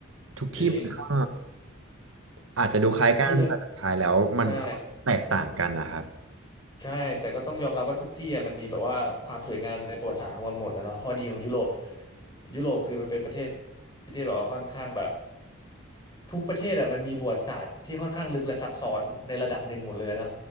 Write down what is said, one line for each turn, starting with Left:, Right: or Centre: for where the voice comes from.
Right: ทุกที่มันก็
Left: จริง
Right: อาจจะดูคล้ายกันแต่สุดท้ายแล้วมันก็แตกต่างกันนะครับ
Left: ทุกที่มันใช่ ใช่แต่ก็ต้องยอมรับว่าทุกที่อะมันมีแบบว่าความสวยงามในประวัติศาสตร์ของมันหมดแล้วเนาะข้อดีของยุโรปยุโรปคือมันเป็นประเทศที่แบบว่าค่อนข้างแบบทุกประเทศอะมันมีประวัติศาสตร์ที่ค่อนข้างลึกและซับซ้อนในระดับหนึ่งหมดเลยเนาะ